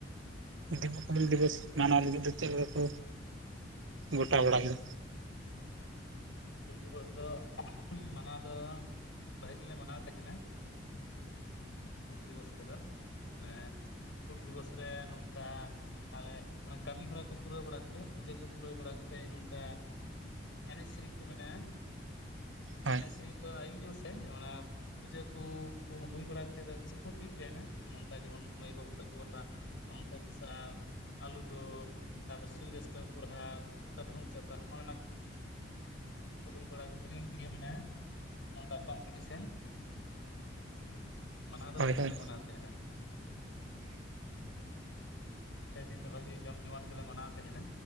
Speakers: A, on the right; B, on the left.
A: ᱫᱮᱵᱩ ᱠᱩ ᱦᱩᱞ‌ ᱫᱤᱵᱚᱥ ᱢᱟᱱᱟᱣ ᱞᱟᱹᱜᱤᱫ ᱫᱚ ᱪᱮᱜ ᱞᱮᱠᱟ, ᱜᱚᱴᱟ ᱵᱟᱲᱟ ᱠᱮᱫᱟ?
B: ᱦᱩᱞ ᱫᱤᱵᱚᱥ ᱫᱚ ᱢᱟᱱᱟᱣ ᱫᱚ ᱵᱷᱟᱹᱜᱤ ᱜᱮ ᱞᱮ ᱢᱟᱱᱟᱣ ᱛᱟᱦᱮ ᱱᱟ ᱦᱩᱞ ᱫᱤᱵᱚᱥ ᱨᱮ ᱫᱚ ᱮᱸ ᱦᱩᱞ ᱫᱤᱵᱚᱥ ᱨᱮ ᱱᱚᱝᱠᱟ ᱟᱞᱮ ᱚᱱᱟ ᱠᱟᱹᱢᱤ ᱦᱚᱨᱟ ᱠᱚ ᱯᱩᱨᱟᱹᱣ ᱵᱟᱲᱟ ᱠᱟᱛᱮᱫ ᱯᱩᱡᱟᱹ ᱠᱚ ᱯᱩᱨᱟᱹᱣ ᱵᱟᱲᱟ ᱠᱟᱛᱮᱫ ᱱᱚᱝᱠᱟ ᱮᱱᱮᱡ ᱥᱮᱨᱮᱧ ᱠᱚ ᱢᱮᱱᱟᱜᱼᱟ
A: ᱦᱳᱭ
B: ᱮᱱᱮᱡ ᱥᱮᱨᱮᱧ ᱫᱚ ᱟᱹᱭᱩᱵ ᱧᱚᱜ ᱥᱮᱡ ᱚᱱᱟ ᱯᱩᱡᱟᱹ ᱠᱚ ᱦᱩᱭ ᱵᱟᱲᱟ ᱠᱟᱛᱮᱫ ᱫᱚ ᱤᱥᱯᱳᱨᱴ ᱦᱩᱭᱩᱜ ᱛᱟᱦᱮ ᱱᱟ ᱱᱚᱝᱠᱟ ᱡᱮᱢᱚᱱ ᱢᱟᱹᱭ ᱵᱟᱹᱵᱩ ᱛᱟᱠᱚ ᱣᱟᱜ <unintelligible> ᱟᱞᱩ ᱫᱟᱹᱞ ᱛᱟᱯᱚᱨ ᱥᱩᱭ ᱨᱮ ᱥᱩᱛᱟᱹ ᱢᱮ ᱯᱚᱨᱦᱟ ᱠᱟᱹᱰᱷᱩᱢ ᱪᱟᱯᱟ ᱚᱱᱟ ᱦᱩᱭ ᱵᱟᱲᱟ ᱠᱟᱛᱤᱧ ᱤᱭᱟᱹ ᱢᱮᱱᱟ ᱱᱚᱝᱠᱟ ᱠᱚᱢ ᱯᱤᱴᱤ ᱥᱮᱱ ᱢᱟᱱᱟᱣ ᱫᱚ
A: ᱦᱳᱭ
B: ᱵᱷᱟᱹᱜᱤ
A: ᱦᱳᱭ
B: ᱜᱮ ᱞᱮ ᱢᱟᱱᱟᱣ ᱛᱟᱦᱮ ᱱᱟ ᱥᱮᱫᱤᱱ ᱫᱚ ᱵᱷᱟᱜᱤ ᱡᱚᱢ ᱡᱚᱢᱟᱴ ᱜᱮᱞᱮ ᱢᱟᱱᱟᱣ ᱛᱟᱦᱮᱱᱟ